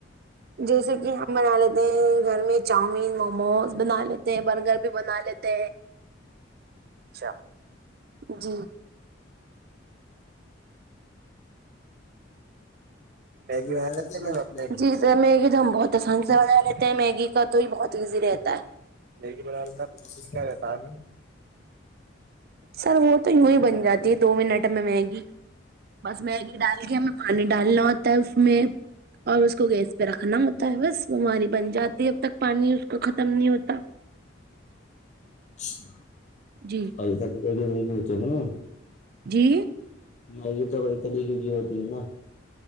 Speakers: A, on the right; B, on the left.
A: جیسے کہ ہم بنا لیتے ہیں گھر میں چاؤمین موموز بنا لیتے ہیں برگر بھی بنا لیتے ہیں اچھا جی میگی
B: بنا رہی تھی میم آپ میگی
A: جی سر میگی تو ہم بہت تو سن سے بنا لیتے ہیں میگی کا تو ہی بہت ایزی رہتا ہے میگی
B: بنانے
A: بنانا
B: کا
A: تھا
B: پروسیس
A: کیا رہتا
B: ہے
A: آ
B: میم
A: سر وہ تو یوں ہی بن جاتی دو منٹ ہمیں میگی بس میگی ڈال کے ہمیں پانی ڈالنا ہوتا ہے اس میں اور اس کو گیس پہ رکھنا ہوتا ہے بس ہماری بن جاتی اب تک پانی اس کو ختم نہیں ہوتا
B: اچھا
A: جی
B: <inaudible>
A: جی
B: <inaudible>